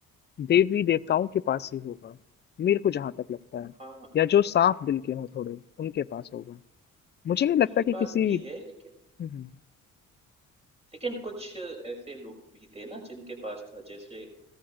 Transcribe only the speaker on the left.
देवी देवताओं के पास ही होगा मेरे को जहाँ तक लगता है
या जो साफ दिल के हों थोड़े उनके पास होगा मुझे नहीं लगता
कि
किसी
हम्म